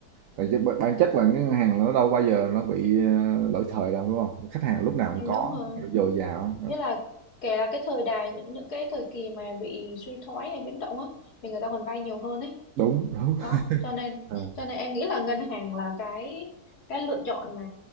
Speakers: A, on the right; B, on the left.
A: tại vì b- bản chất là cái ngân hàng nó đâu bao giờ nó bị ờ, lỗi thời đâu đúng không khách hàng lúc nào
B: Ừ,
A: cũng có
B: đúng rồi
A: dồi dào
B: nghĩa là kể là cái thời đại những những cái thời kỳ mà bị suy thoái hay biến động á thì người ta còn vay nhiều hơn ấy
A: đúng đúng
B: đó cho nên
A: <laughs>
B: cho nên em nghĩ là ngân hàng là cái cái lựa chọn mà